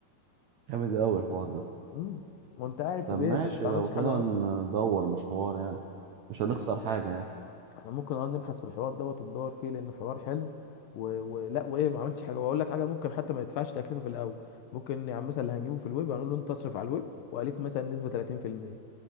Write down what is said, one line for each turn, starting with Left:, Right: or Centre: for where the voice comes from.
Right: جامد قوي الحوار ده
Left: امم وانت قاعد في
Right: طب
Left: بيتك
Right: ماشي
Left: انت ما
Right: لو
Left: عملتش حاجه
Right: كده
Left: اصلا
Right: ندور مش حوار يعني مش هنخسر
Left: احنا
Right: حاجة يعني
Left: إحنا ممكن اه نبحث في الحوار دوت وندور فيه لان الحوار حلو و... ولا وايه ما عملتش حاجه واقول لك حاجه ممكن حتى ما يدفعش تكلفه في الاول ممكن يعني مثلا اللي هنجيبه في الويب هنقول له انت اصرف على الويب وعليك مثلا نسبه 30%